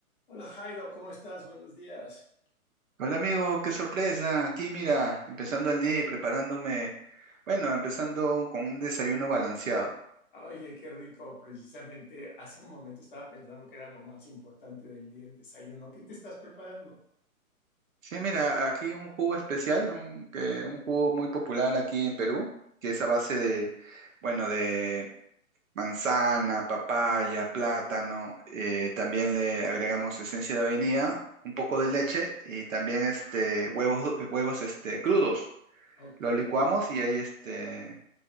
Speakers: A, on the left; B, on the right.
A: Hola Jairo, ¿cómo estás? Buenos días.
B: Hola amigo, qué sorpresa. Aquí mira, empezando el día y preparándome, bueno, empezando un- con un desayuno balanceado.
A: Oye, qué rico. Precisamente hace un momento estaba pensando que era lo más importante del día, el desayuno. ¿Qué te estás preparando?
B: Sí, mira, aquí un jugo especial, un, que, un jugo muy popular aquí en Perú, que es a base de, bueno, de manzana, papaya, plátano. eh, también le agregamos esencia de vainilla, un poco de
A: Oh,
B: leche y también este, huevos, du- huevos este, crudos.
A: ok.
B: Lo licuamos y ahí este,